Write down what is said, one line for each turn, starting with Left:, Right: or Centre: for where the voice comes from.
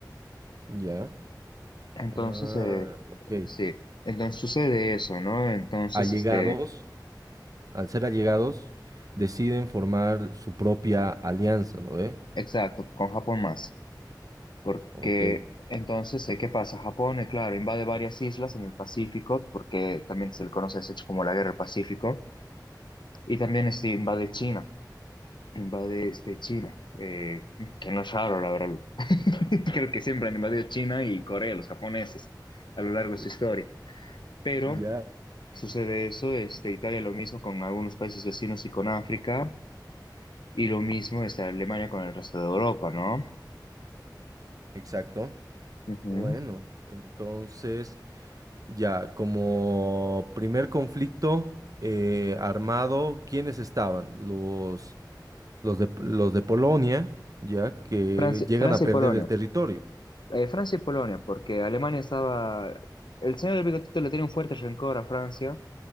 Right: Ya.
Left: Entonces,
Right: Ah,
Left: eh,
Right: ok.
Left: sí, entonces sucede eso, ¿no? Entonces,
Right: Allegados,
Left: este,
Right: al ser allegados, deciden formar su propia alianza, ¿no ve?
Left: exacto, con Japón más, porque
Right: Ok.
Left: entonces, eh, ¿qué pasa? Japón, eh, claro, invade varias islas en el Pacífico, porque también se le conoce ese hecho como la Guerra del Pacífico, y también este, invade China, invade este, China, eh, que no es raro, la verdad. <laughs> Creo que siempre han invadido China y Corea, los japoneses, a lo largo de
Right: Uy,
Left: su historia. Pero
Right: ya.
Left: sucede eso, este, Italia lo mismo con algunos países vecinos y con África. Y lo mismo está Alemania con el resto de Europa, ¿no?
Right: Exacto.
Left: Ujú.
Right: Bueno, entonces, ya, como primer conflicto eh, armado, ¿quiénes estaban? Los, los de, los de Polonia, ya, que
Left: Francia,
Right: llegan
Left: Francia
Right: a perder
Left: y Polonia.
Right: el territorio.
Left: Eh, Francia y Polonia, porque Alemania estaba... El señor del bigotito le tenía un fuerte rencor a Francia,